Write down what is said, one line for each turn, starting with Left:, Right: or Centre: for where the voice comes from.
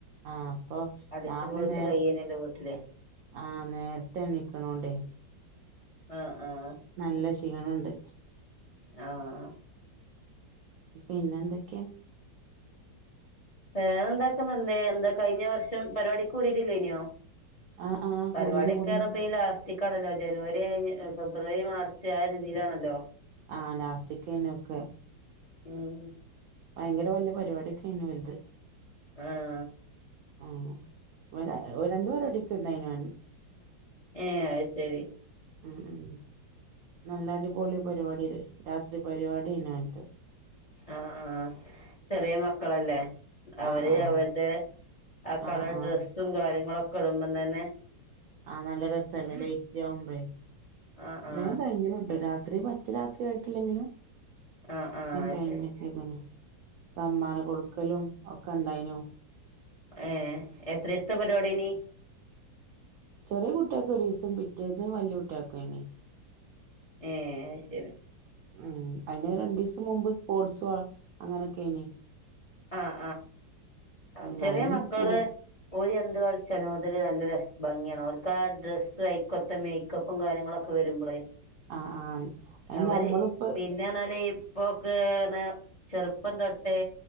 Right: ആഹ് അപ്പൊ
Left: അട്ച്ച്
Right: രാവിലെ
Left: പൊളിച്ച്
Right: നേ
Left: കയ്യേനല്ലോ വീട്ട്ല്
Right: ആഹ് നേരത്തെനിക്കണോണ്ടേ
Left: ആഹ് ആഹ്
Right: നല്ലഷീണണ്ട്.
Left: ആഹ്
Right: പിന്നെന്തൊക്കെ
Left: വേറെന്താക്കന്നല്ലേഎന്താകയിഞ്ഞ വർഷംപരിപാടികൂടിയിട്ടില്ലേയിനോ
Right: ആഹ് ആഹ്
Left: പരിപാടിൊക്കെന്നറിപ്പൊഈലാസ്
Right: കൂടീന് കൂടീന്
Left: റ്റ്ക്കാണല്ലോജനുവരികയിഞ്ഞ് ഫെബ്രുവരിമാർച്ച് ആര്തിലാണല്ലോ
Right: ആഹ് ലാസ്റ്റിക്കന്നൊക്കെആഹ്
Left: ഉം
Right: ഭയങ്കരവെല്ല്യ പരിപാടിയൊക്കെയായിനുഓലത്
Left: ആഹ്
Right: <unintelligible> രണ്ട്പരിപാടിക്കണ്ടയിനാൻ
Left: ഏഹ് അയ്ശെരി
Right: ഉം നല്ലടിപൊളിപരിപാടിരാത്രി പരിപാടിയിനിഒലത്
Left: ആഹ്ആഹ് ചെറിയെമക്കളല്ലേഅവര്അവര്ടെ
Right: ആഹ് ആഹ്
Left: ആകളർ
Right: ആഹ് ആഹ്
Left: ഡ്രെ സുംകാര്യങ്ങളൊക്കെടുമ്പോംതന്നെ
Right: ആഹ് നല്ലരസല്ലേ ലേറ്റാവുമ്പേ
Left: ആഹ് ആഹ്
Right: വേകയിഞ്ഞിനുട്ടാ രാത്രിപ റ്റരാത്രിആയിട്ടില്ലെങ്കിലുംമെ
Left: ആഹ് ആഹ് അത്
Right: കയിഞ്ഞക്ക്ണ്.
Left: ശരി
Right: സമ്മാനംകൊടുക്കലുംഒക്കെ ണ്ടായിനു
Left: ഏഹ്എത്രിസ്ഥപരിപാടിയെനി
Right: ചെറിയെകുട്ടിയേൽക് ഒരിസം പിറ്റേന്ന് വല്ല്യകുട്ടിയെകെനു.
Left: ഏഹ്ശെരി
Right: ഉം അയിന് രണ്ടുസംമുമ്പ് സ്പോർട്സുംഅങ്ങനൊക്കെന്
Left: ആഹ് ആഹ്
Right: ഉം
Left: ചെറിയമക്കള്
Right: അയിലും പൂ
Left: ഓരെന്ത്കളിച്ചാലുംഅതൊരുനല്ല ര ഭംഗിയാണ് ഓര്ക്കാഡ്രസ്സ് ആയിക്കൊത്തമേ ക്കപ്പുംകാര്യങ്ങളൊക്കെ വരുമ്പോളേഅവര്പിന്നെണാലെ
Right: ആഹ് ആഹ് അത് ഞമ്മളിപ്പോ
Left: ഇപ്പൊക്കെ അനെ ചെറുപ്പം തൊട്ടേ